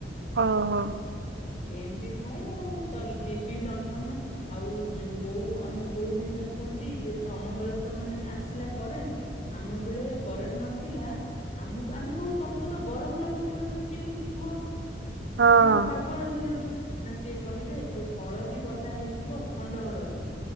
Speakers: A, on the right (about 65°); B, on the left (about 40°).
A: ଓ ହ।
B: ଏମିତି ଥାଏ ଆଉ। ତ ଡିବି ଲଣ୍ଠନ ଆଉ ବୋଉ ଆମ ବୋଉ ହେରିକା <unintelligible> କୁହନ୍ତି ଯେ ତମ ବେଳେ ତ ମାନେ ଆସିଲା କରେଣ୍ଟ ଆମ ବେଳେ କରେଣ୍ଟ ନଥିଲା, ଆମକୁ ଆମେ କହୁ ତମକୁ ତ ଗରମ ଲାଗ ଗୁଥିବ। ତମେ କେମିତି ଶୁଅ?
A: ହଁ
B: ଆମେ ତ ପାଗଳ ହେଇଯାଉଛୁ। ନା ସିଏ କହିବେ ଯେ ହଳ ଦୀ ବଟା ହେଇଥିବ ଖଣ୍ଡ ହଳଦୀ,